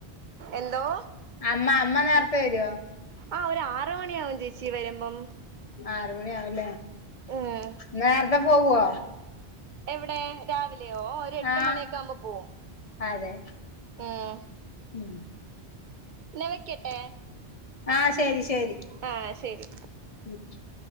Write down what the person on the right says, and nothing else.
എന്തോ?
ആഹ് ഒരു ആറ് മണിയാവും ചേച്ചി വരുമ്പം.
ഉം
എവിടെ? രാവിലെയോ. ഓഹ് ഒരു എട്ട്
മണിയൊക്കെ ആവുമ്പോ പോവും.
ഉം
ന്നാ വെക്യട്ടെ.
ആഹ് ശരി